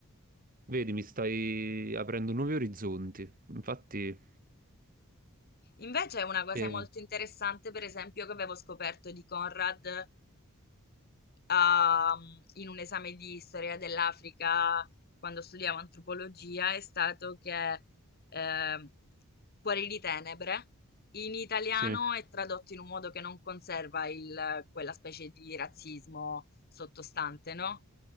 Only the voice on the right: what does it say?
Vedi, mi stai aprendo nuovi orizzonti. Infatti,
eh,
sì.